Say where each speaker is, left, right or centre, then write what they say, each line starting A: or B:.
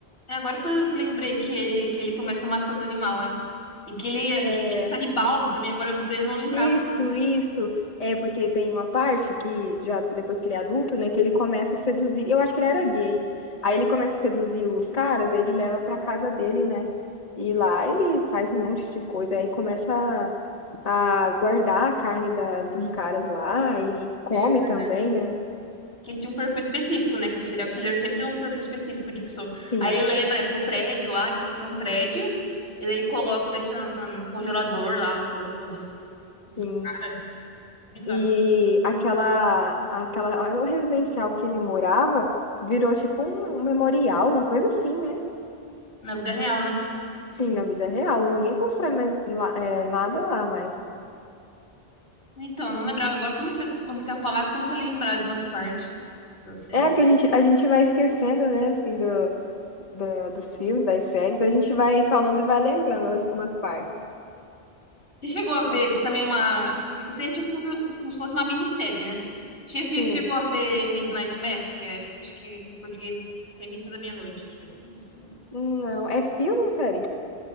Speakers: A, on the left (about 85°); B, on the left (about 35°).
A: É agora que eu que eu lembrei que ele, que ele começa matando animal, é. E que ele,
B: É,
A: que ele é canibal também, agora eu não lembrava.
B: Isso, isso. É porque tem uma parte que já depois que ele é adulto, né, que ele começa a seduzir. Eu acho que ele era gay. Aí ele começa a seduzir os caras, aí ele leva pra casa dele, né? E lá ele faz um monte de coisa, aí começa a, a guardar a carne da, dos caras lá e come
A: É verdade.
B: também, né?
A: Que ele tinha um perfil específico, né? Que o serial killer sempre tem um perfil específico de pessoa.
B: Sim,
A: Aí ele leva, né, pro prédio lá, que mostrou um prédio. E daí ele coloca, deixa na- no congelador lá o corpo dos, dos
B: sim.
A: caras. Bizarro.
B: E aquela, aquela, o residencial que ele morava virou tipo um memorial, uma coisa assim, né?
A: Na vida real, né?
B: Sim, na vida real, ninguém constrói mais lá- é, nada lá, mas.
A: Então, não lembrava. Agora que eu comecei, a- comecei a falar, eu comecei a lembrar de umas partes. dessa série.
B: É, porque a gente, a gente vai esquecendo, né, assim, do, do- dos filmes, das séries, a gente vai falando e vai lembrando umas, umas partes.
A: Você chegou a ver que também uma. é Que seria tipo como se como se fosse uma minissérie, né? Você viu-
B: Sim.
A: chegou a ver Midnight Mass, que é, acho que em português, acho que é Missa da Meia-Noite. deixa eu ver. Missa da Meia-Noite.
B: Não, é filme ou série?